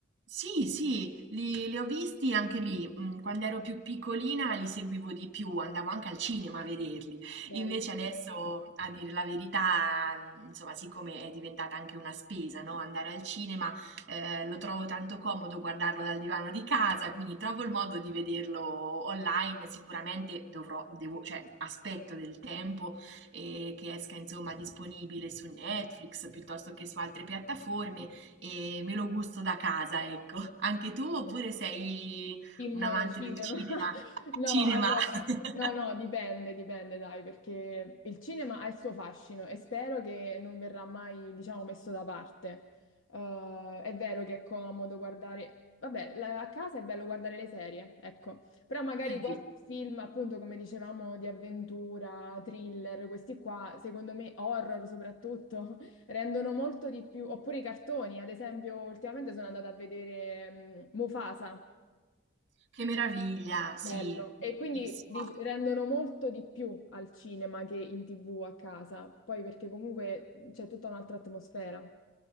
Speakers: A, on the right (about 60°); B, on the left (about 80°).
A: Sì, sì, li, li ho visti anche lì. mm, Quando ero più piccolina li seguivo di più, andavo anche al cinema a vederli.
B: Belli.
A: Invece adesso, a dire la verità, mm, insomma, siccome è diventata anche una spesa, no? Andare al cinema, eh, lo trovo tanto comodo guardarlo dal divano di casa, quindi trovo il modo di vederlo online. Sicuramente dovrò, devo, cioè, aspetto del tempo, eh, che esca, insomma, disponibile su Netflix piuttosto che su altre piattaforme e me lo gusto da casa, ecco. Anche tu oppure sei
B: Film,
A: un amante
B: cinema.
A: del cinema?
B: <laughs> No,
A: Cinema!
B: allora,
A: <laughs>
B: no, no, dipende, dipende, dai, perché il cinema ha il suo fascino e spero che non verrà mai, diciamo, messo da parte. Eh, è vero che è comodo guardare, vabbè, la- a casa è bello guardare le serie, ecco, però magari
A: È vero.
B: qualche film, appunto, come dicevamo, di avventura, thriller, questi qua, secondo me, horror soprattutto, <laughs> rendono molto di più, oppure i cartoni, ad esempio, ultimamente sono andata a vedere mm, Mufasa.
A: Che meraviglia, sì,
B: Bello.
A: bellissimo.
B: E quindi dic- rendono molto di più al cinema che in TV a casa, poi perché comunque c'è tutta un'altra atmosfera.